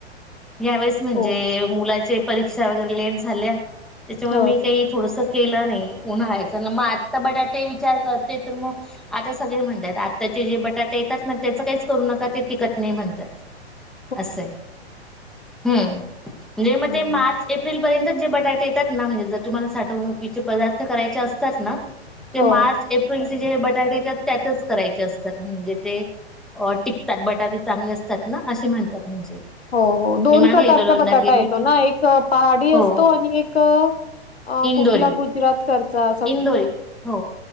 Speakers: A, in the centre; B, on the left.
A: यावेळेस म्हणजे
B: हो
A: मुला- परीक्षा वगैरे लेट झाल्या त्याच्यामुळे
B: हो
A: मी काही थोडस केलं नाही उन्हाळायचं ना मग आत्ता बटाटे विचार करते तर मग आता सगळे म्हणतात आत्ताचे जे बटाटे येतात ना त्याचं काहीच करू नका ते टिकत नाही म्हणतात
B: ह..
A: असं हम्म लै म्हणजे
B: हम्म,
A: मार्च
B: हम्म.
A: एप्रिल पर्यंत जे बटाटे येतात ना म्हणजे जर तुम्हाला साठवणुकीचे पदार्थ करायचे असतात ना ते
B: हो
A: मार्च एप्रिलचे जे बटाटे येतात त्यातच करायचे असतात म्हणजे ते अ टिकतात बटाटे चांगले असतात ना असे म्हणतात म्हणजे
B: हो हो दोन
A: मी मागे
B: प्रकारचा
A: एकदा दोनदा
B: बटाटा
A: गेली
B: येतो
A: होती
B: ना एक पहाडी
A: हो
B: असतो आणि एक अ
A: इंदोरी
B: कुठला गुजरात कडचा
A: इंदोरी हो